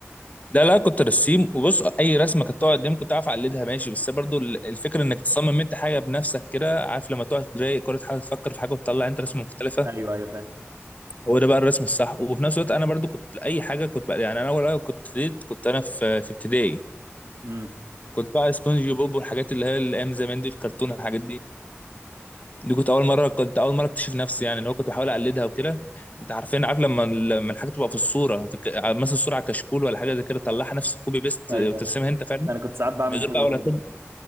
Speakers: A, on the left; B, on the right.
A: لا لا كنت رسيم وبص اي رسمه كانت تقعد قدامي كنت عارف اقلدها ماشي بس برضو
B: مم.
A: ال- الفكره انك تصمم انت حاجه بنفسك كده عارف لما تقعد تضايق كره حاجه تفكر في حاجه وتطلع انت رسمه مختلفه
B: ايوه ايوه فاهم
A: هو ده بقى الرسم الصح وفي نفس الوقت انا برضو كنت اي حاجه كنت بقى يعني انا اول حاجه كنت ابتديت كنت انا في في ابتدائي
B: امم
A: كنت بقى سبونج بوب والحاجات اللي هي الايام زمان دي الكرتون الحاجات دي دي كنت اول مره كنت اول مره اكتشف نفسي يعني اللي هو كنت بحاول اقلدها وكده انت عارفين عارف لما لما الحاجه تبقى في الصوره في الك... مثلا صوره على كشكول ولا حاجه زي كده تطلعها نفس الكوبي بيست
B: ايوه
A: وترسمها
B: ايوه
A: انت فعلا
B: انا كنت ساعات بعمل
A: من غير
B: كده
A: بقى ولا
B: برضه
A: تب...